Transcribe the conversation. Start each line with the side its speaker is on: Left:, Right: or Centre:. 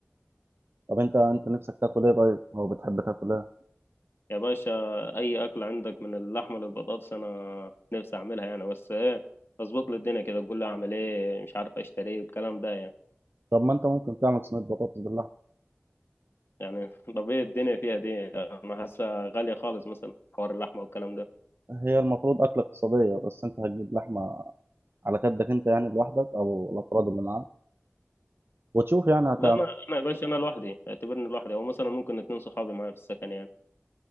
Right: طب انت انت نفسك تاكل ايه طيب او بتحب تاكل ايه
Left: يا باشا اي اكل عندك من اللحمة للبطاطس انا نفسي اعملها يعني بس ايه اظبط لي الدنيا كده قول لي اعمل ايه مش عارف اشتري ايه الكلام ده يعني
Right: طب ما انت ممكن تعمل صينيه بطاطس باللحمه
Left: يعني <laughs> طب ايه الدنيا فيها دي انا حاسة غالية خالص مثلا حوار اللحمة والكلام ده
Right: هي المفروض اكله اقتصاديه بس انت هتجيب لحمه على قدك انت يعني لوحدك او الافراد اللي معاك وتشوف يعني هتعمل
Left: لا انا انا يا باشا انا لوحدي اعتبرني لوحدي او مثلا ممكن اتنين صحابي معايا في السكن يعني